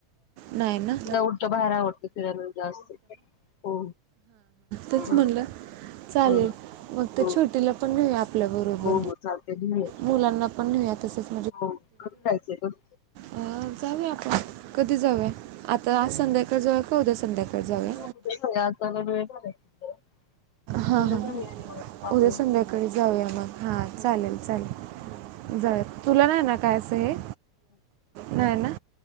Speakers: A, on the right (about 80°); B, on the left (about 60°).
A: नाही ना?
B: त उलट बाहेर आवडत फिरायला जास्त हो
A: तेचं
B: हो
A: म्हणलं चालेल,
B: हो हो
A: मग तर छोटीला पण मी आपल्या बरोबर
B: हो हो चालतंय घेऊया की
A: मुलांना पण न्हीवूया तसच.
B: हो कॉल करायचं यत
A: अ, जाऊया आपण, कधी जाऊया आता आज संध्याकाळी जाऊया का उद्या सं काय जावूया?
B: उद्या जाऊया आज जरा वेळ झालाय तिथं.
A: हा
B: उद्या
A: हा.
B: जाऊया निवांत पाच
A: उद्या
B: वाजता
A: संध्याकाळी जाऊया मग, हा चालेल चालेल. जाय तुला नाही ना काय आसं हे? नाही ना?